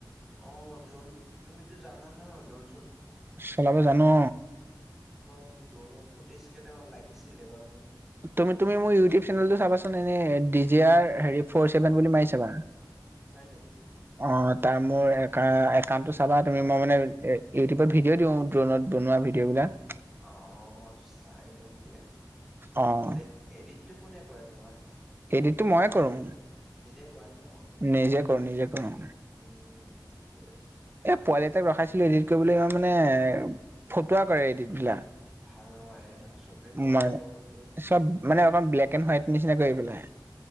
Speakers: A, in the centre; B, on the right.
A: অ ড্ৰোন তুমিতো জানা ন ড্ৰোন
B: চলাব জান অ
A: তোমাৰ ড্ৰোন ফুটেজ কেইটামান লাগিছিলে বাও মোক।
B: তুমি তুমি মোৰ ইউটিউব চেনেলতটো চাবাচোন এনে ডিজে আৰ হেৰি ফৰ চছেভেন বুলি মাৰি চাবা।
A: হয় নেকি?
B: অ তাৰ মোৰ একাউণ্টটো চাবা তুমি মই মানে ইউটিউবত ভিডিঅ' দিওঁ। ট্টনত বনোৱা ভিডিঅ' বিলাক।
A: অ চাই লম দিয়া
B: অ',
A: ভালে। এডিটটো কোনে কৰে তোমাৰ?
B: এডিডটো মইয়ে কৰো।
A: নিজে কোৱা ন?
B: নিজে কৰো নিজে কৰো।
A: উম ঠিকেই আছে।
B: এ পোৱালি এটাক ৰখাইছিলো এডিট কৰিবলৈ ইয়ন মানে ফটোৱা কৰে এডিট বিলাক।
A: ভাল নোৱাৰে ন চবে নোৱাৰে
B: মই
A: বাও এইটো।
B: চব মানে অকণ ব্লেক এণ্ড হোৱাইট নিচিনা কৰি পেলাই।